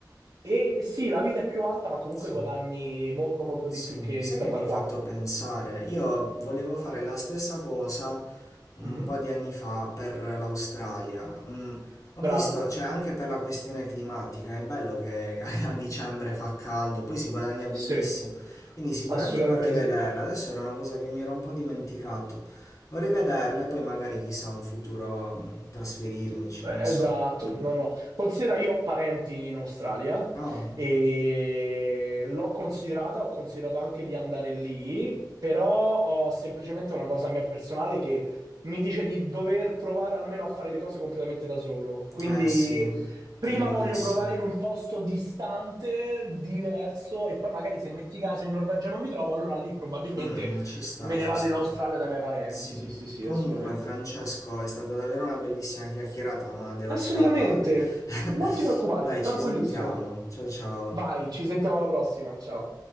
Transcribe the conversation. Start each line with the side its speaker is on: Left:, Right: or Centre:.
Right: e sì, la vita è più alta, ma comunque
Left: sì,
Right: guadagni molto molto
Left: sì.
Right: di più che
Left: Sai
Right: rispetto
Left: che mi
Right: a qua.
Left: hai fatto pensare? Io volevo fare la stessa cosa, un
Right: Mhm.
Left: po' di anni fa per l'Australia. Mm,
Right: Bravo,
Left: ho visto, cioè anche per la questione climatica, è bello che <laughs> a dicembre fa caldo, poi si guadagna benissimo.
Right: sì,
Left: Quindi sicuramente
Right: assolutamente
Left: vorrei vederla.
Right: sì.
Left: Adesso era una cosa che mi ero un po' dimenticato. Vorrei vederla e poi magari chissà un futuro mm, trasferirmici, non
Right: Esatto,
Left: so.
Right: no, no. Considera, io ho parenti in Australia
Left: Oh,
Right: e l'ho considerata, ho considerato anche di andare lì, però ho semplicemente una cosa mia personale che mi dice di dover provare almeno a fare le cose completamente da solo. Quindi
Left: eh sì,
Right: prima
Left: fai benissimo.
Right: voglio provare in un posto distante, diverso, e poi magari se metti caso in Norvegia non mi trovo, allora lì probabilmente
Left: Mm, mm, ci sta,
Right: me ne
Left: ci
Right: vado
Left: sta.
Right: in Australia dai miei parenti.
Left: Sì.
Right: Sì, sì, sì,
Left: Comunque,
Right: assolutamente.
Left: Francesco, è stata davvero una bellissima chiacchierata, ma devo
Right: Assolutamente.
Left: scappare. <laughs>
Right: Non ti preoccupare,
Left: Dai,
Right: tranquillissimo.
Left: ci sentiamo. Ciao ciao.
Right: Vai, ci sentiamo alla prossima. Ciao.